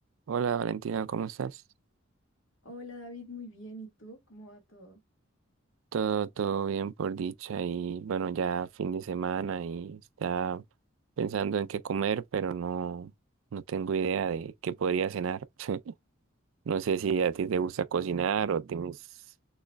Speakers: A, on the right; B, on the left.
A: Hola Valentina, ¿cómo estás?
B: Hola David, muy bien. ¿Y tú? ¿Cómo va todo?
A: Todo, todo bien por dicha y bueno, ya fin de semana y está pensando en qué comer, pero no, no tengo idea de qué podría cenar. <laughs> No sé si a ti te gusta cocinar o tienes